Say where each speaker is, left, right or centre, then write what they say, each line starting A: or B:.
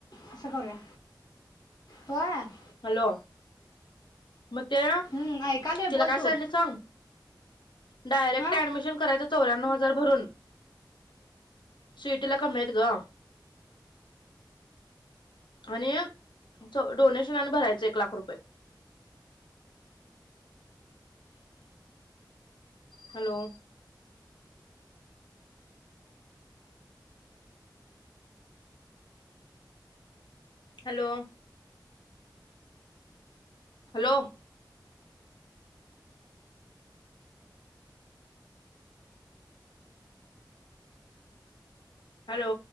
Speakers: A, on the left; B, on the left.
A: असा करूया व्हय.
B: हॅलो. मग ते
A: हम्म, ऐकालोय
B: तिला
A: बोल
B: काय
A: तू
B: सांगतलीत सांग डायरेक्ट
A: हां
B: ऍडमिशन करायचं चावऱ्यानाव हजार भरून सीईटी कमी आहेत ग. आणि डोनेशन आणि भरायच एक लाख रुपये हॅलो. हॅलो. हॅलो. हॅलो.